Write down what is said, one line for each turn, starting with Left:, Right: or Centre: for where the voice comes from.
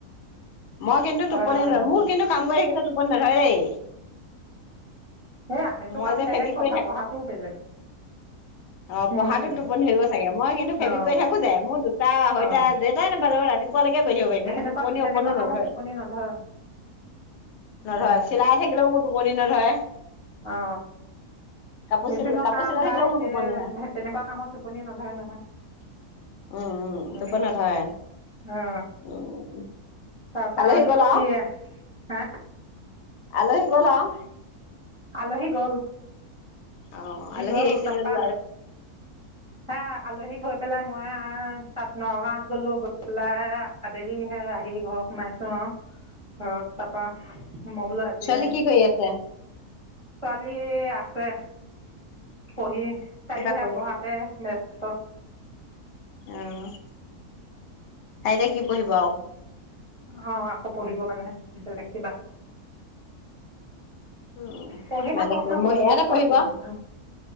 Left: মই কিন্তু
Right: হয়
Left: টোপনি
Right: হয় সেইটো
Left: মোৰ কিন্তু কাম কৰি থাকিলেও টোপনি টোপনি নধৰে দেই।
Right: সেয়া সেইটো
Left: মই
Right: কাম
Left: যে
Right: বেলেগ
Left: ফেব্ৰিক
Right: কথা
Left: কৰি থাক
Right: পঢ়াটোও বেলেগ।
Left: অ পঢ়াটো
Right: গম পালি
Left: টোপনি ধৰিব চাগে! মই কিন্তু ফেব্ৰিক
Right: অ
Left: কৰি থাকো যে, মোৰ দুটা আঢ়ৈতা
Right: অ
Left: জেতাই নবাজক ৰাতিপুৱালৈকে কৰি থাকিব পাৰিম
Right: সেনেকুৱা
Left: মোৰ টোপনি
Right: তেনেকুৱা
Left: অকণো
Right: কামত
Left: নধৰে,
Right: টোপনি নধৰে
Left: নধৰে
Right: অ
Left: চিলাই থাকিলেও মোৰ টোপনি নধৰে।
Right: অ
Left: কাপোৰ
Right: মেচিনৰ
Left: চিল কাপোৰ
Right: কাম
Left: চিলাই
Right: বাও
Left: থাকিলেও
Right: হৈছে
Left: মোৰ টোপনি
Right: ।
Left: নধৰে
Right: তেনেকুৱা কামত টোপনি নধৰে নহয়
Left: উম উম
Right: অ
Left: টোপনি নধৰে
Right: অ
Left: উম
Right: তাপা
Left: আলহী গ'ল
Right: কি হে।
Left: আলহি গ'ল আৰু
Right: আলহি গ'ল
Left: অঁ আলহী
Right: গ'ল
Left: আহিছে
Right: তাৰপা
Left: যদি
Right: হে আলহী থৈ পেলাই মই তাত নগাঁৱত গলো গৈ পেলাই আবেলি হে আহি ঘৰ সোমাইছো অঁ ঘৰত তাৰাপা সোমাবলৈ আজিয়ে
Left: ছোৱালী কি কৰি আছে
Right: ছোৱালী আছে পঢ়ি তাই
Left: কিবা
Right: ও সি
Left: কৰি
Right: পঢ়াতে ক
Left: অঁ তাই এতিয়া কি পঢ়িব আৰু
Right: অঁ আকৌ পঢ়িব মানে বেলেগ কিবা
Left: উম
Right: পঢ়ি
Left: বেলেগ
Right: থাকক
Left: কৈ
Right: আৰু বোলো
Left: ইয়াতে
Right: দে ছোৱালী
Left: পঢ়িব
Right: মানুহ